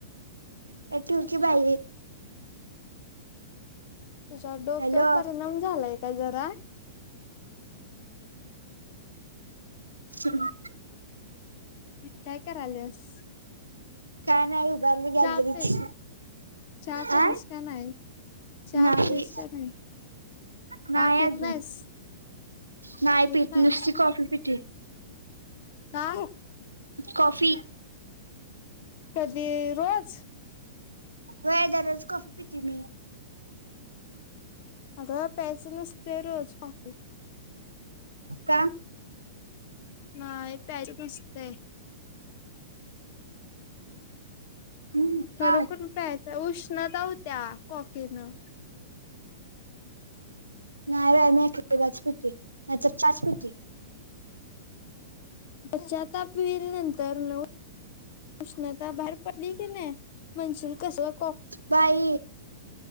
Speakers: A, on the right; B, on the left.
A: ए ठीव की बाई.
B: तुझ्या डोक्यावर
A: हॅलो
B: परिणाम झालाय काय जरा?
A: हंहं.
B: काय कराल्यास?
A: काय नाही उभारलोय गॅलरीत.
B: चहा पे चहा पेलिस
A: आ
B: का नाही, चहा
A: नाही
B: पेलिस का नाही.
A: नाही
B: का पित
A: अजून,
B: नाहीस?
A: नाही
B: पित
A: पीत,
B: नाहीस?
A: नुसती कॉफी पितोय.
B: का?
A: कॉफी.
B: कधी रोज?
A: व्हय दररोज कॉफी पितोय मी.
B: अग प्यायच नसतय रोज कॉफी.
A: का?
B: नाही प्याच नसतय.
A: हम्म
B: खरोखर
A: का
B: प्यायचं उष्णता होत्या कॉफीनं.
A: नाही बाई मी एक एकदाच पितोय नाहीतर चहाच पितोय.
B: पश्चाताप व्हिईल नंतर न. उष्णता बाहेर पडली की नई म्हणशील कसवा
A: बाई